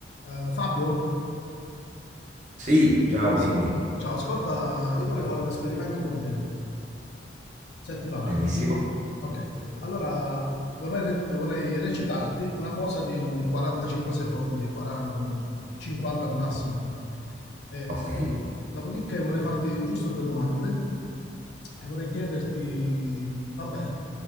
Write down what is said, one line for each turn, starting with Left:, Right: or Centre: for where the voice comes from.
Left: Eh, Fabio,
Right: Sì, ciao,
Left: Sì.
Right: dimmi.
Left: ciao, ascolta, io vorrei fare un esperimento con te, se ti va.
Right: Benissimo.
Left: eh? Ok, allora vorrei, re- vorrei recitarti una cosa di un 45 secondi, 40, un 50 al massimo. Eh,
Right: Ok,
Left: dopodiché vorrei farti giusto due domande e vorrei chiederti, vabbè,